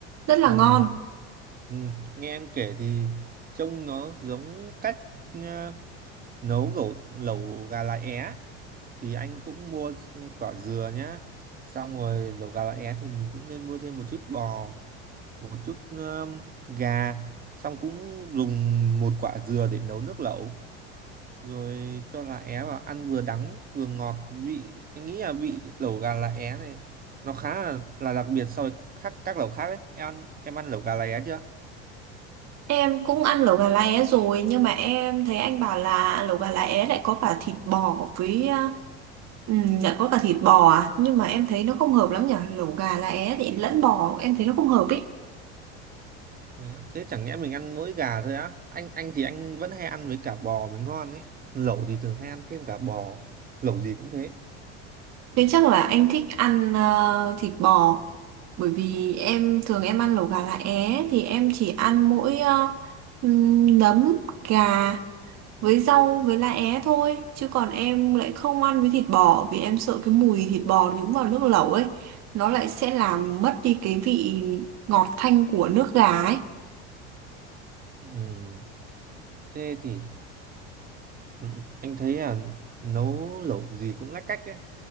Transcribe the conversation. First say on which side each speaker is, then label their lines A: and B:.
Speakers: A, on the right; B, on the right.
A: rất là
B: ừ,
A: ngon.
B: ừ. nghe em kể thì trông nó giống cách à, nấu lẩu lẩu gà lá é thì anh cũng mua quả dừa nhá xong rồi lẩu gà lá é thì mình cũng nên mua thêm một chút bò một chút um, gà xong cũng dùng một quả dừa để nấu nước lẩu rồi cho lá é vào ăn vừa đắng vừa ngọt vị anh nghĩ là vị lẩu gà lá é này nó khá là, là đặc biệt so với các các lẩu khác đấy em ăn em ăn lẩu gà lá é chưa
A: Em cũng ăn lẩu gà lá é rồi nhưng mà em thấy anh bảo là lẩu gà lá é lại có cả thịt bò với ờ, ừm, lại có cả thịt bò à nhưng mà em thấy nó không hợp lắm nhở lẩu gà lá é thì lẫn bò em thấy nó không hợp ý
B: thế, á, thế chẳng nhẽ mình ăn mỗi gà thôi á anh anh thì anh vẫn hay ăn với cả bò mới ngon ấy lẩu thì thường hay ăn thêm cả bò lẩu gì cũng thế
A: thế chắc là anh thích ăn ờ, thịt bò bởi vì em thường em ăn lẩu gà lá é thì em chỉ ăn mỗi ờ, ừm, nấm gà với rau với lá é thôi chứ còn em lại không ăn với thịt bò vì em sợ cái mùi thịt bò nhúng vào nước lẩu ấy nó lại sẽ làm mất đi cái vị ngọt thanh của nước gà ấy
B: Ừm, thế thì ừ, anh thấy là nấu lẩu gì cũng lách cách ấy